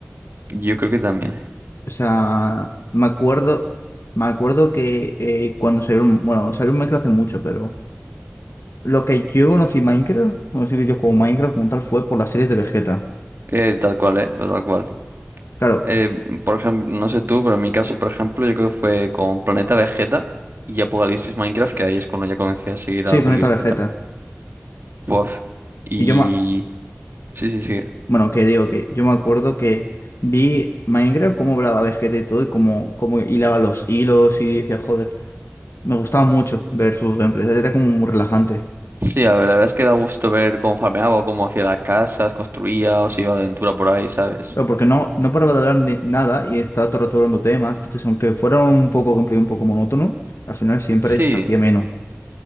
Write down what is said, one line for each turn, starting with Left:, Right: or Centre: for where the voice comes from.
Right: Yo creo que también.
Left: O sea, me acuerdo, me acuerdo que eh, cuando salió, un- bueno, salió un Minecraft hace mucho, pero... Lo que yo conocí Minecraft, conocí el videojuego Minecraft como tal fue por las series de Vegeta.
Right: Eh, tal cual, eh, pero tal cual.
Left: Claro,
Right: Eh, por ejemplo, no sé tú, pero en mi caso, por ejemplo, yo creo que fue con Planeta Vegeta y Apocalipsis Minecraft, que ahí es cuando ya comencé a seguir
Left: sí,
Right: a Willy
Left: Planeta
Right: Vegeta.
Left: Vegeta.
Right: Buah. Y...
Left: Y yo me...
Right: Sí, sí, sí.
Left: Bueno, que digo que yo me acuerdo que vi Minecraft, cómo hablaba Vegeta y todo, y cómo, cómo hilaba los hilos y decía, joder, me gustaba mucho ver sus gameplays, era como muy relajante.
Right: Sí, la verdad es que da gusto ver cómo farmeaba, o cómo hacía las casas, construía o se iba de aventura por ahí, ¿sabes?
Left: Pero porque no, no paraba de hablar ni- nada y estaba todo el rato hablando temas, entonces aunque fuera un poco gameplay un poco monótono, al final siempre
Right: Sí,
Left: se te hacía menos.